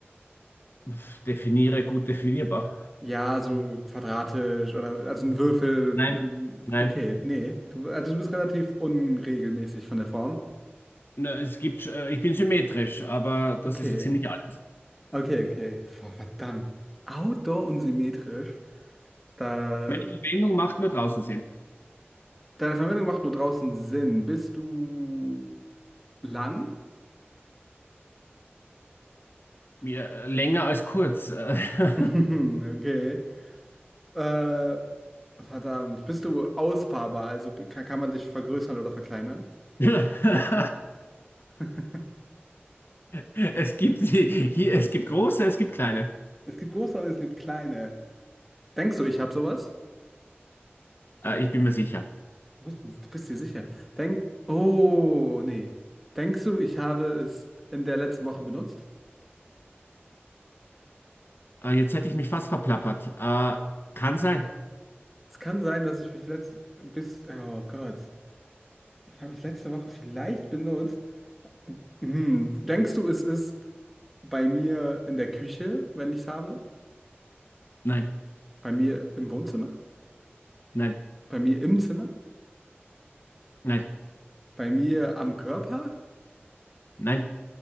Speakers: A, on the left; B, in the centre.
A: Pff, definiere gut definierbar.
B: Ja, so quadratisch oder also ein Würfel.
A: Nein,
B: ein-
A: nein.
B: Okay, nee. Du, also du bist relativ unregelmäßig von der Form.
A: Na, es gibt, äh, ich bin symmetrisch, aber
B: Okay.
A: das ist so ziemlich alles.
B: Okay, okay. Ver- Verdammt. Outdoor und symmetrisch. Da.
A: Meine Verwendung macht nur draußen Sinn.
B: Deine Verwendung macht nur draußen Sinn. Bist du lang? <laughs>
A: Mir, äh, länger als kurz. äh, <laughs>
B: Okay. Äh, verdammt. Bist du ausfahrbar? Also kann, kann man dich vergrößern oder verkleinern?
A: <laughs>
B: <laughs>
A: Es gibt die- hier, es gibt große, es gibt kleine.
B: Es gibt große und es gibt kleine. Denkst du, ich habe sowas?
A: Äh, ich bin mir sicher.
B: Bist du bist dir sicher? Denk. Oh, nee. Denkst du, ich habe es in der letzten Woche benutzt?
A: Äh, jetzt hätte ich mich fast verplappert. Äh, kann sein.
B: Es kann sein, dass ich mich letzte bis. Oh Gott. Ich habe mich letzte Woche vielleicht benutzt. Hm, denkst du, es ist bei mir in der Küche, wenn ich es habe?
A: Nein,
B: Bei mir im Wohnzimmer?
A: nein,
B: Bei mir im Zimmer?
A: nein,
B: Bei mir am Körper?
A: nein,